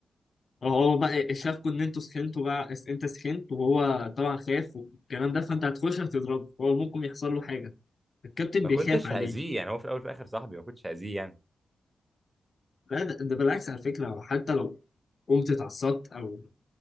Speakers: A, on the left; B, on the right.
A: هو هو بقى شافكوا ان انتوا سخنتوا بقى اس- انت سخنت وهو طبعا خاف والكلام ده فانت هتخش هتضربه هو ممكن يحصل له حاجه الكابتن
B: ما
A: بيخاف
B: كنتش
A: عليه
B: هاذيه يعني هو في الاول في الاخر صاحبي ما كنتش هاذيه يعني
A: لا ده, ده بالعكس على فكره حتى لو قمت اتعصبت او